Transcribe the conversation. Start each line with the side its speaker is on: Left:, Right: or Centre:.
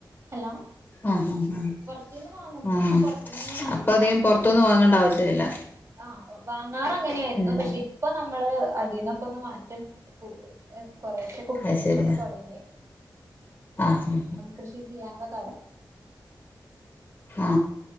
Right: ഹലോ
Left: ആഹ് ആഹ്
Right: പുറത്തുന്ന് വാങ്ങും
Left: ആഹ്
Right: ഞങ്ങൾ പുറത്തുന്ന് തന്നെയാണ് അധികം
Left: അപ്പൊ
Right: വാങ്ങാറ്
Left: പുറത്തൊന്നും വാങ്ങേണ്ട ആവശ്യമില്ല
Right: ആ വാങ്ങാറ് അങ്ങനെയായിരുന്നു
Left: ഉം
Right: പക്ഷെ ഇപ്പൊ ന ള് അതിൽന്നൊക്കെ ഒന്ന് മാറ്റം <unintelligible> കുറേശെ കുക്കിംഗ്
Left: അത് ശരി
Right: ഇതൊക്കെ തുടങ്ങി
Left: ആഹ്
Right: കൃഷി ചെയ്യാനൊക്കെ തൊട
Left: ആ